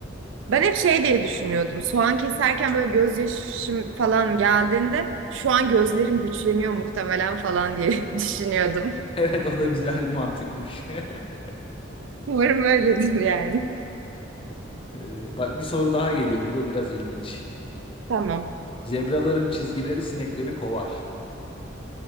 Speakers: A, on the right; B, on the left.
A: Ben hep şey diye düşünüyordum. Soğan keserken böyle gözyaşım falan geldiğinde şu an gözlerim güçleniyor muhtemelen falan diye <laughs> düşünüyordum.
B: Evet o da güzel bir mantıkmış. <laughs>
A: Umarım öyledir yani.
B: Ee, bak bir soru daha geliyor. Bu da biraz ilginç.
A: Tamam.
B: Zebraların çizgileri sinekleri kovar.